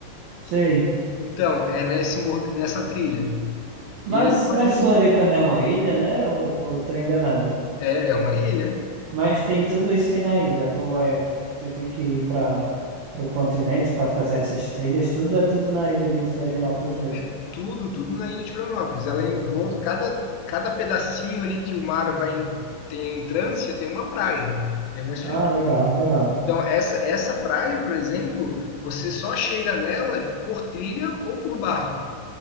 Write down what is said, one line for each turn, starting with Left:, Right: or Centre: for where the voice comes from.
Right: Sei.
Left: Então, é nesse morro, nessa trilha.
Right: Mas,
Left: E leva mais
Right: mas
Left: ou menos.
Right: Floripa não é uma ilha, né? Ou, ou tô enganado?
Left: É, é uma ilha.
Right: Mas tem tudo isso tem na ilha. Ou é, você tem que ir para o continente para fazer essas trilhas, tudo é tudo na ilha de Florianópolis mesmo.
Left: É tudo, tudo na ilha de Florianópolis. Ela é envolta, cada, cada pedacinho ali que o mar vai em, tem entrância tem uma praia, tem uma estrutura.
Right: Ah, legal, legal.
Left: Então, essa, essa praia, por exemplo, você só chega nela por trilha ou por barco.